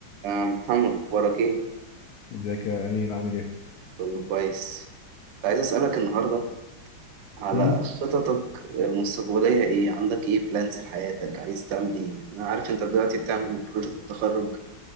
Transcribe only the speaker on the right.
آه، محمد أخبارك إيه؟
كله كويس كنت عايز أسألك النهاردة على
خططك المستقبلية إيه؟ عندك إيه بلانز لحياتك؟ عايز تعمل إيه؟ أنا عارف أنت دلوقتي بتعمل بروجكت التخرج